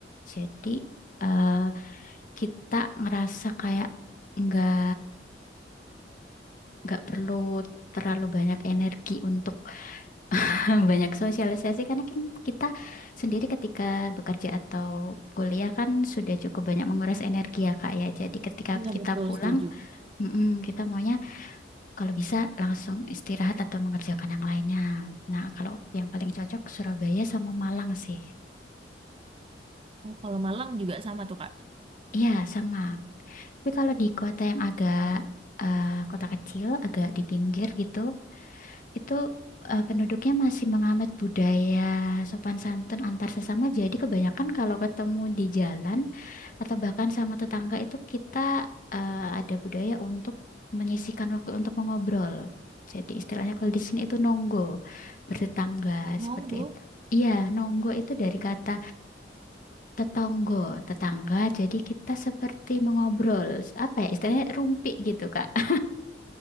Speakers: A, on the left; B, on the right.
A: Jadi eh, kita ngerasa kayak nggak nggak perlu terlalu banyak energi untuk <laughs> banyak sosialisasi karena kan kita sendiri ketika bekerja atau kuliah kan sudah cukup banyak menguras energi ya Kak ya. Jadi ketika
B: Iya
A: kita
B: betul,
A: pulang
B: setuju.
A: Mm-mm, kita maunya kalau bisa langsung istirahat atau mengerjakan yang lainnya. Nah, kalau yang paling cocok Surabaya sama Malang sih.
B: Oh, kalau Malang juga sama tuh Kak.
A: Iya, sama. Tapi kalau di kota yang agak eh, kota kecil, agak di pinggir gitu, itu eh, penduduknya masih menganut budaya sopan santun antar sesama. Jadi kebanyakan kalau ketemu di jalan atau bahkan sama tetangga itu kita eh, ada budaya untuk menyisihkan waktu untuk mengobrol. Jadi istilahnya kalau di sini itu nonggo bertetangga
B: Nunggu.
A: seperti itu. Iya, nonggo itu dari kata tetonggo, tetangga. Jadi kita seperti mengobrol, apa ya istilahnya rumpi gitu, Kak. <laughs>